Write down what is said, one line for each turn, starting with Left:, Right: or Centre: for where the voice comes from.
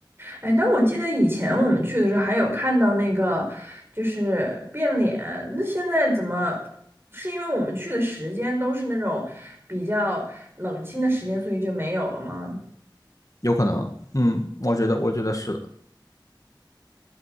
Right: 哎，但我记得以前我们去的时候还有看到那个就是变脸，那现在怎么？是因为我们去的时间都是那种比较冷清的时间，所以就没有了吗？
Left: 有可能。嗯，我觉得，我觉得是的。